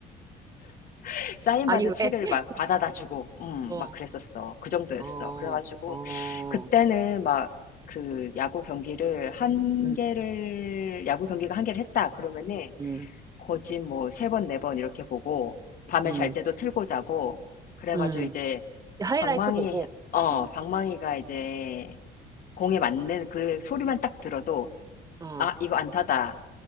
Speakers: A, on the left (about 55°); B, on the right (about 20°).
A: <laughs> 사인받은
B: 아니, 왜?
A: 책을
B: <laughs>
A: 막 받아다 주고 음
B: 어,
A: 막 그랬었어. 그 정도였어.
B: 어,
A: 그래 가지고
B: 어.
A: 그때는 막 그 야구 경기를 한
B: 응.
A: 개를 야구 경기가 한 개를 했다 그러면은
B: 응.
A: 거진 뭐 3번 4번 이렇게 보고 밤에
B: 응
A: 잘 때도 틀고 자고 그래
B: 응
A: 가지고 이제
B: 하이라이트
A: 방망이
B: 보고.
A: 어,
B: 응.
A: 방망이가 이제 공에 맞는 그 소리만 딱 들어도
B: 어.
A: 아, 이거 안타다.